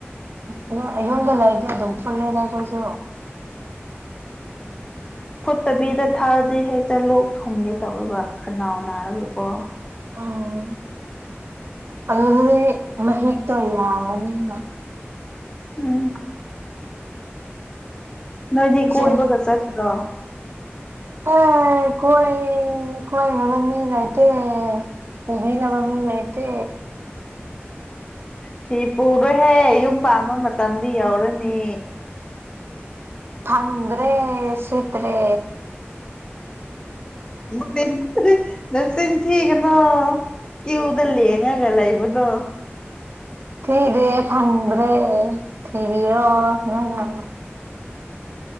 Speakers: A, on the right; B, on the left.
A: ꯎꯝ ꯑꯗꯨ ꯌꯨꯝꯗ ꯂꯩꯔꯗꯤ ꯑꯗꯨꯝ ꯄꯨꯜꯂꯦꯗ ꯑꯩꯈꯣꯏꯁꯨ
B: ꯐꯨꯠꯇꯕꯤꯗ ꯊꯛꯑꯗꯤ ꯍꯦꯛꯇ ꯂꯣꯛ ꯊꯨꯡꯒꯦ ꯇꯧꯌꯦꯕ ꯈꯅꯥꯎ ꯅꯥꯔꯒ ꯀꯣ
A: ꯎꯝ ꯑꯗꯨꯗꯗꯤ ꯃꯍꯤꯛꯇꯣ ꯌꯥꯝꯕꯅꯤꯅ
B: ꯎꯝ ꯅꯣꯏꯗꯤ ꯀꯣꯏꯕꯒ
A: ꯁꯦ
B: ꯆꯠꯇ꯭ꯔꯣ <unintelligible>
A: ꯑꯦ ꯀꯣꯏ ꯀꯣꯏꯅꯕ ꯃꯤ ꯂꯩꯇꯦ ꯎꯕꯤ ꯅ ꯃꯃꯤ ꯂꯩꯥꯏꯇꯦ
B: ꯐꯤ ꯄꯨꯔꯣꯍꯦ ꯌꯨꯝ ꯄꯥꯟꯕ ꯃꯇꯝꯗꯤ ꯌꯧꯔꯅꯤ
A: ꯐꯪꯗ꯭ꯔꯦ ꯁꯤꯠꯇ꯭ꯔꯦ
B: ꯅꯆꯤꯟ ꯅꯆꯤꯟ ꯊꯤꯒꯅꯣ ꯀ꯭ꯤꯌꯨꯗ ꯂꯦꯡꯉꯒ ꯂꯩꯕꯗꯣ
A: ꯊꯤꯗꯦ ꯐꯪꯗ꯭ꯔꯦ ꯊꯤꯕꯤꯔꯣ ꯅꯣꯏꯅ